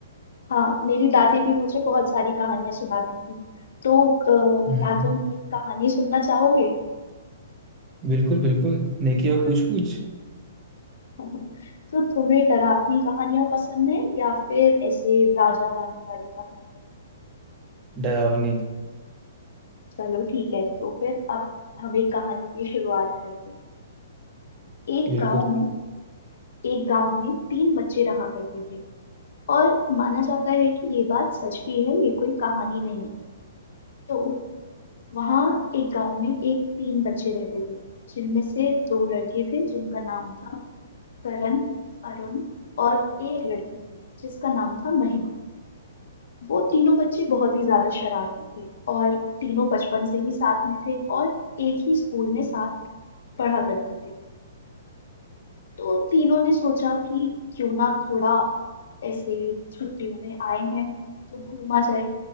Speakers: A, on the left; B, on the right.
A: हाँ मेरी दादी भी मुझे बहुत सारी कहानियां सुनाती थी तो अ,
B: हम्म
A: क्या तुम एक कहानी सुनना चाहोगे
B: बिल्कुल बिल्कुल नेकी और पूछ पूछ
A: <laughs> तो तुम्हें डरावनी कहानियां पसंद है या फिर ऐसे राजा रानी वाली कहानियां
B: डरावनी
A: चलो ठीक है तो फिर अब हम एक कहानी की शुरुआत करते हैं एक
B: बिल्कुल
A: गांव में एक गांव में तीन बच्चे रहा करते थे और माना जाता है कि ये बात सच भी है ये कोई कहानी नहीं है तो वहाँ एक गांव में एक तीन बच्चे रहते थे जिनमें से दो लड़के थे जिनका नाम था करण अरुण और एक लड़की थी जिसका नाम था महिमा वो तीनों बच्चे बहुत ही ज्यादा शरारती थे और तीनों बचपन से ही साथ में थे और एक ही स्कूल में साथ पढ़ा करते थे तो तीनों ने सोचा कि क्यों ना थोड़ा ऐसे छुट्टियों में आए हैं तो घूमा जाए